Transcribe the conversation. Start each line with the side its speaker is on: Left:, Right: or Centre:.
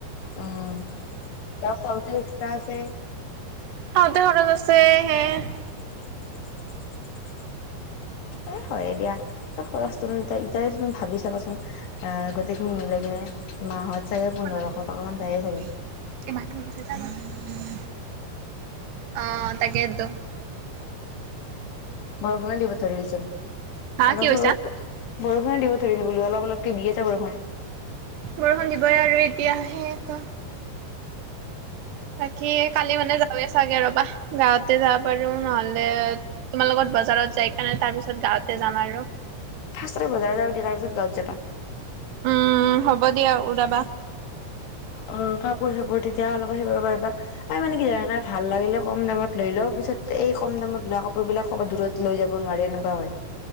Left: উম, ক পওঁতে এক্সট্ৰা আছে।
Right: সাওঁতে সৰত আছে সে-
Left: <unintelligible> এ হয় দিয়া, খৰচটোনো এতিয়াই তুমি ভাবি চাবাচোন? অ গোটেইখিনি মিলাই কিনে মাহত- চাগে
Right: <unintelligible> <unintelligible>
Left: পোন্ধৰশ টকা মান যায়ে চাগে
Right: অ' তাকেইতো।
Left: বৰষুণে দিব ধৰিছে,
Right: হা
Left: অলপ
Right: কি কৈছা?
Left: সৰু বৰষুনে দিব ধৰিল বোলো, অলপ অলপকে দি আছে বৰষুণ।
Right: বৰষুণ দিবই আৰু এতিয়া, সেয়েইতো। বাকী কালি মানে যাৱওঁগে চাগে ৰ'বা, গাঁৱতে যাব পাৰোঁ নহ'লে তোমাৰ লগত বজাৰত যাই কেনে তাৰপিছত গাঁৱতে যাম আৰু।
Left: ফাষ্টতে বজাৰ যাওঁ দিয়া তাৰপিছত ঘৰত যাবা।
Right: উম, হ'ব দিয়া, ওলাবা।
Left: অ' কাপোৰ চাপোৰ তেতিয়া অলপ শিকিব পাৰিবা, মানে কি জানানে ভাল লাগিলে কম দামত লৈ লওঁ পিছত এই কম দামত লোৱা কাপোৰবিলাক ক'বা দূৰত লৈ যাব নোৱাৰে এনেকুৱা হয়।